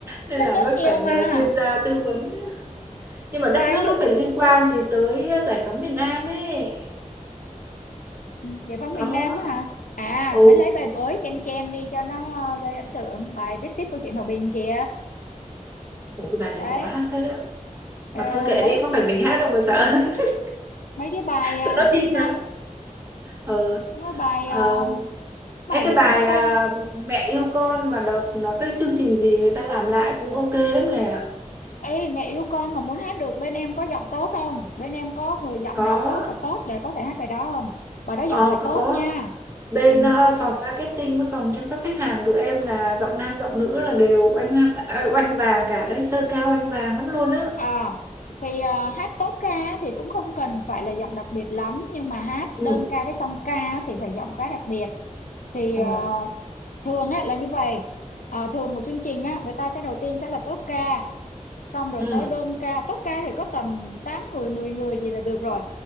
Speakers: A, on the right; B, on the left.
A: nên
B: đất
A: là
B: nước
A: mới
B: nhiều
A: phải
B: mà
A: nhờ chuyên gia tư vấn nhưng mà đất
B: bài
A: nước
B: ví dụ
A: nó phải liên quan gì tới ờ, giải phóng miền Nam ấy
B: ừ, giải phóng
A: đó
B: miền Nam á hả à
A: ừ
B: mới lấy bài mới chen chen đi cho nó ờ, gây ấn tượng bài viết tiếp câu chuyện hòa bình kìa
A: ủa cái bài đấy
B: đấy
A: khó hát phết đấy
B: ờ,
A: mà thôi kệ
B: mấy
A: đi có phải mình hát đâu mà sợ <laughs>
B: mấy cái bài ờ,
A: tụi nó chim
B: gì ta
A: mà ờ
B: mấy bài
A: ờ,
B: ờ, bài
A: Ê, cái
B: gì
A: bài
B: mà mấy cô
A: à, mẹ yêu con mà đợt nó cái chương trình gì người ta làm lại cũng ok lắm nè
B: Ê mẹ yêu con mà muốn hát được bên em có giọng tốt không? Bên em có người giọng
A: có
B: nào tốt thật tốt để có thể hát bài đó không? Bài đó
A: ờ,
B: giọng phải
A: có
B: tốt nha.
A: bên
B: Ừ.
A: ờ, phòng marketing với phòng chăm sóc khách hàng tụi em là giọng nam giọng nữ là đều oanh hoa- à, oanh vàng cả đấy sơ cao oanh vàng lắm luôn á
B: À thì à, hát tốt ca thì cũng không cần phải là giọng đặc biệt lắm nhưng mà hát
A: ừ.
B: đơn ca với song ca thì phải giọng khá đặc biệt. Thì
A: Ừ.
B: à, thường á là như vậy. À, thường một chương trình á người ta sẽ đầu tiên sẽ là tốt ca xong rồi
A: Ừ.
B: tới đơn ca tốp ca thì có tầm 8 người 10 người gì là được rồi